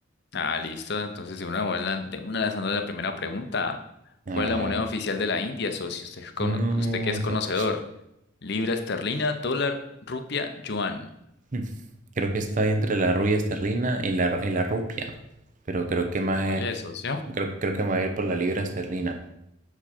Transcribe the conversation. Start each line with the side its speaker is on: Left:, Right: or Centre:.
Left: Ah, listo. Entonces, de una buena, de una lanzando la primera pregunta.
Right: Hágale,
Left: ¿Cuál es la moneda
Right: hágale.
Left: oficial de la India, socio? Usted, es cono-
Right: No,
Left: usted que es conocedor.
Right: socio.
Left: Libra esterlina, dólar, rupia, yuan.
Right: Mm. Creo que está ahí entre la rubia esterlina y la, y la rupia. Pero creo que más
Left: ¿Cuál
Right: eh,
Left: es, socio?
Right: creo, creo que me voy a ir por la libra esterlina.